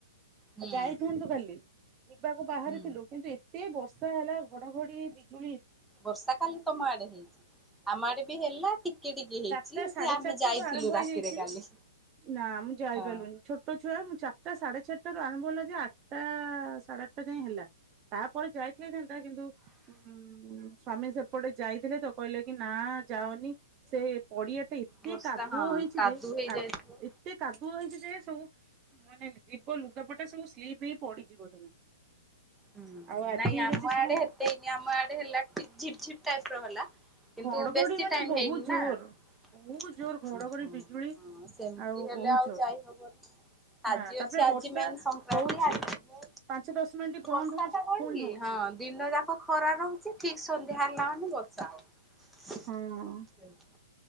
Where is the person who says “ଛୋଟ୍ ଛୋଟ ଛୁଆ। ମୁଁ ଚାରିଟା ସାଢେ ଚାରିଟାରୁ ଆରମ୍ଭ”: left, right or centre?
Right